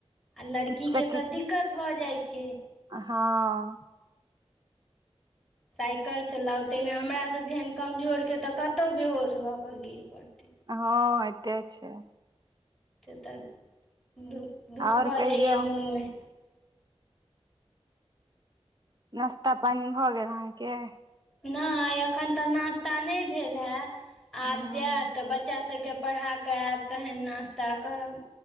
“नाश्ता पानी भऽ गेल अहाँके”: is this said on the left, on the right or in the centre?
Right